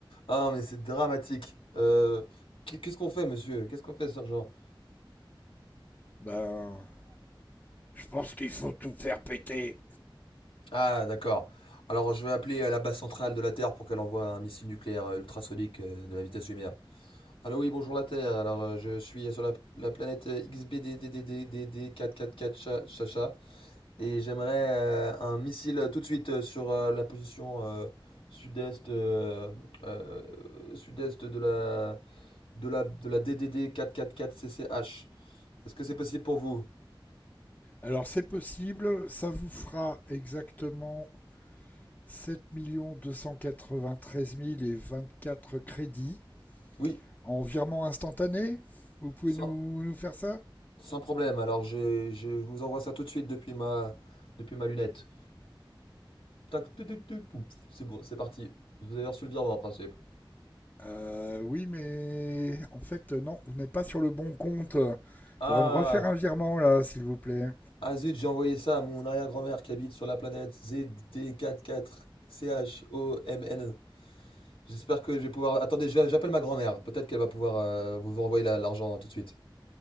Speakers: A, on the left (about 85°); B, on the left (about 20°).
A: Ah, mais c'est dramatique. Euh, qu- qu'est-ce qu'on fait, monsieur? Qu'est-ce qu'on fait, sergent?
B: Ben, je pense qu'il faut tout faire péter.
A: Ah, d'accord. Alors, je vais appeler euh, la base centrale de la Terre pour qu'elle envoie un missile nucléaire euh, ultrasonique euh, de la vitesse lumière. Allô, oui, bonjour la Terre. Alors, euh, je suis sur la, la planète XBDDDDDD444 Chacha. Et j'aimerais euh, un missile euh, tout de suite euh, sur euh, la position euh, sud-est euh, euh, sud-est de la, de la, de la DDD 444CCH. Est-ce que c'est possible pour vous?
B: Alors c'est possible, ça vous fera exactement sept millions deux cent quatre-vingt-treize mille et vingt-quatre crédits
A: Oui,
B: en virement instantané. Vous pouvez
A: sans,
B: nous, nous faire ça
A: sans problème. Alors j'ai- je vous envoie ça tout de suite depuis ma, depuis ma lunette. Tac, tu, tu, tu, pouf, c'est bon, c'est parti. Vous avez reçu le virement en principe.
B: euh, Oui, mais en fait non, vous n'êtes pas sur le bon compte. Il
A: Ah,
B: Faudrait me refaire un virement là, s'il vous plaît.
A: ah zut, j'ai envoyé ça à mon arrière-grand-mère qui habite sur la planète ZD44CHOMN. J'espère que je vais pouvoir. Attendez, j'appelle ma grand-mère. Peut-être qu'elle va pouvoir euh, vous vous renvoyer l'argent hein, tout de suite.